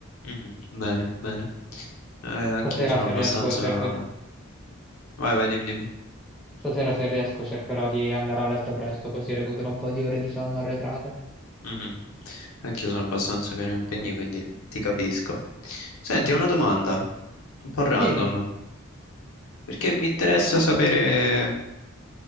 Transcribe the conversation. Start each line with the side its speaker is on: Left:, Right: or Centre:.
Left: Mhm, Bene, bene. Eh, anch'io
Centre: Stasera
Left: sono
Centre: se
Left: abbastanza...
Centre: riesco, cerco-
Left: Vai, vai, dimmi, dimmi.
Centre: stasera, se riesco cercherò di andare a letto presto, così recupero un po' di ore di sonno arretrate.
Left: mhm. Anch'io sono abbastanza pieno di impegni, quindi ti capisco. Senti,
Centre: Mm.
Left: ho una domanda, un po' random,
Centre: Dimmi.
Left: perché mi interessa sapere,